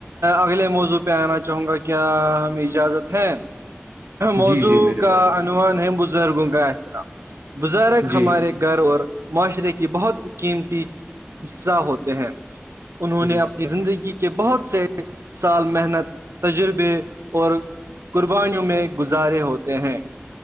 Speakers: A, on the right; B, on the right.
A: اگلے موضوع پہ آنا چاہوں گا کیا ہمیں اجازت ہے موضوع
B: جی جی میرے
A: کا
B: بھائی
A: عنوان ہے بزرگوں کا احترام بزرگ
B: جی
A: ہمارے گھر اور معاشرے کی بہت قیمتی حصہ ہوتے ہیں انہوں
B: جی
A: نے اپنی زندگی کے بہت سے سال محنت تجربے اور قربانیوں میں گزارے ہوتے ہیں